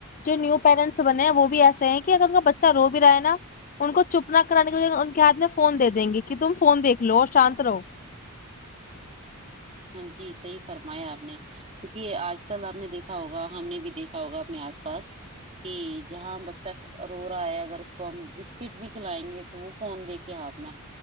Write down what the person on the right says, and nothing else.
ہاں جی صحی فرمایا آپ نے کیونکہ آج کل آپ نے دیکھا ہوگا ہم نے بھی دیکھا ہوگا اپنے آس پاس کہ جہاں بچہ رو رہا ہے اگر اس کو ہم بسکٹ بھی کھلائیں گے تو وہ فون دے کے ہاتھ میں